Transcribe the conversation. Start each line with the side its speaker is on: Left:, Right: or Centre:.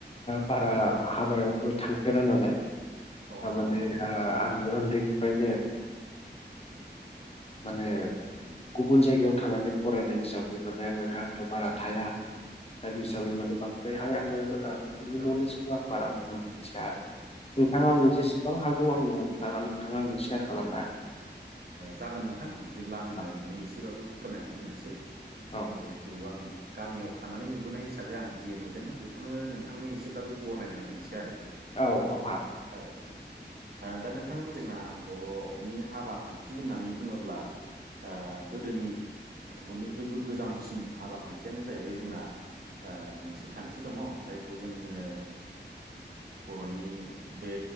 Left: बारा हाबायावबो थांफेरा नालाय।
Right: अ औ
Left: थारमाने आङो उन्दैनिफ्रायनो। माने गुबुन जायगायाव थानानै फरायनाय हिसाब बे माने आंङो गामियाव बारा
Right: आदसा
Left: थाया दा बे हिसाबै
Right: आदसा
Left: माने बांद्रायहाय आंङो। बिनि
Right: औ ओ
Left: नलेजखौ आं बारा मोजां मिथिया। नोंथांङा आंनो जेसेबां हागौ आंनो नोंथाङा नोंथांङा आंनो सेयार खालामनो हागोन‌।
Right: जागोन नोंथां बिदिब्ला आंनो
Left: हागोन
Right: नोंनि एसेबाबो फोरमायनानै होनोसै।
Left: औ
Right: जेहेथु आं गामियाव थानानै नुबोनाय हिसाबै आं जे नुदों बेखौनो नोंथांनो एसेब्लाबो बरनायनानै होनोसै आरो
Left: औ औ हाग
Right: औ ओ दा नोंथां जोंना बर'नि हाबा खान्थि होननानै बुङोब्ला ओ गोदोनि बयनिख्रुइबो गोजामसिन हाबा खान्थियानो जाहैबाय जोंना मोनसे खान्थि दंङो जायखौ जोंङो होनो। बर'नि बे